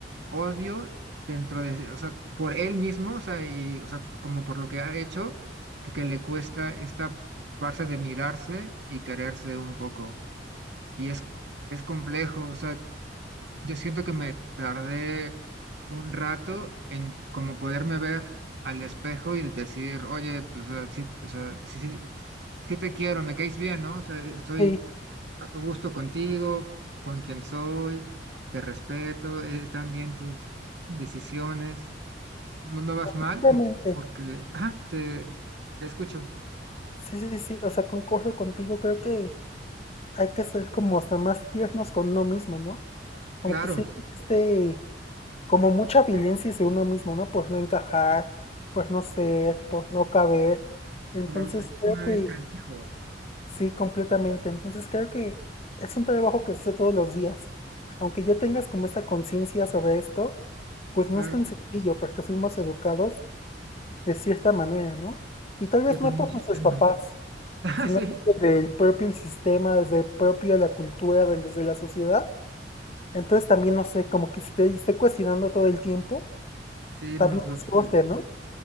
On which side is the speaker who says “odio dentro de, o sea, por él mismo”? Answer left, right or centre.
Right